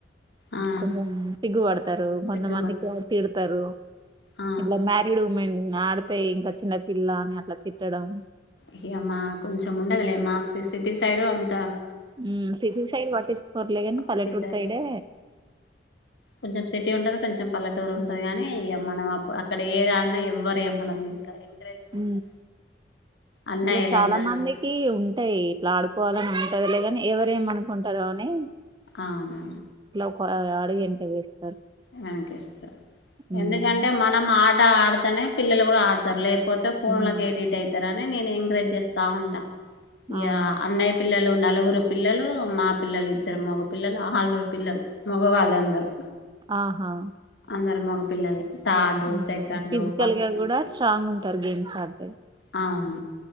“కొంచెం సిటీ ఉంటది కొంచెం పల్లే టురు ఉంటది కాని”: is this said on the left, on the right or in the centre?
Left